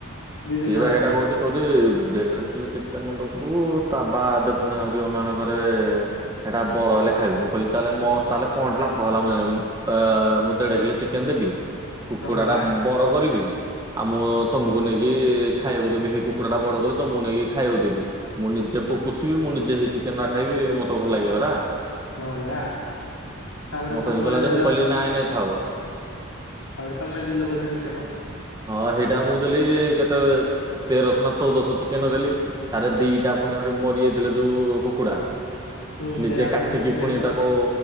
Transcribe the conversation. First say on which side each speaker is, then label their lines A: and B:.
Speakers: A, on the left (about 85°); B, on the right (about 20°).
A: ଦି
B: ସିଏ
A: ଜଣ ଯାକ
B: ବା ହେଇଟା
A: ମିଶିକି
B: କହୁଚି କହୁଜି ଦେଢ କିଲୋ ଚିକେନ ଦବୁ ତା ବାଦ ପୁଣି ଆହୁରି ଅନୁମାନ କରେ ହେଟା ବଡ ହେଲେ ଖାଇବୁ ମୁଁ କହିଲି ତାହେ ମୋର ତାହେଲେ କଣ ଲାଭ ହେଲା ମୁଁ ଜାଣି ଅ ମୁଁ ଦେଢ଼କିଲେ ଚିକେନ ଦେବି କୁକୁଡା
A: ହଁ ପରା।
B: ଡା ବଡ କରିବି ଆଉ ମୁଁ ତମକୁ ନେଇ କି ଖାଇବାକୁ ଦେବି ହେଇ କୁକୁଡ଼ା ଟା ବଡ କରି ତ ମୁଁ ନେଇକି ଖାଇବାକୁ ଦେବି। ମୁଁ ନିଜେ ପୋ ପୋଷିବି ମୁଁ ନିଜେ ହେଇ ଚିକେନ ଆ ଖାଇବି ମତେ ଭଲ୍ ଲାଗିବ ହେରା।
A: ହଁ ପରା ତାପରେ
B: ମତେ
A: ତମେ
B: ଯାଇଁ
A: ବୋଧେ
B: କଇଲା
A: ଦେଲ
B: ଯେ ମୁଁ କଇଲି ନାଇଁ ନାଇଁ ଥାଉ।
A: ତାପଡେ ତମେ ଦିିଲ ବୋଧେ ଚିକେନ।
B: ହଁ ହେଇଟା ମୁଁ ଦେଲି କେତେ ତେରଶ ନା ଚଉଦଶ ଚିକେନ ଦେଲି। ତାରେ ଦିଟା ପୁଣି ଘରେ ମରି ଯାଇଥିଲେ ଯୋଉ କୁକୁଡା।
A: ହୁଁ
B: ନିଜେ
A: ସେରା
B: କାଟିକି
A: ପୁଣି ମିଶା
B: ଫୁଣି
A: ହେଇକି
B: ତାକୁ